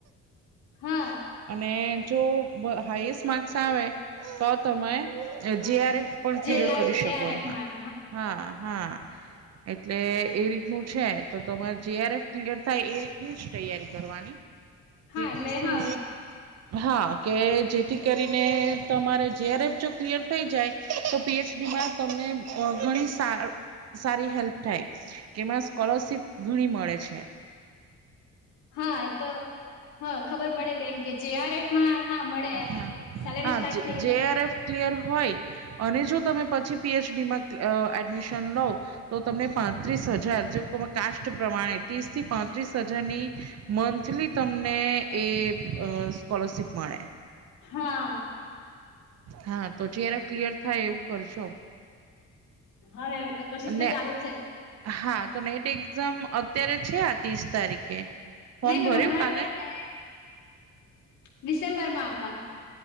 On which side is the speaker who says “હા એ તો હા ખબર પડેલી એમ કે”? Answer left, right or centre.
Left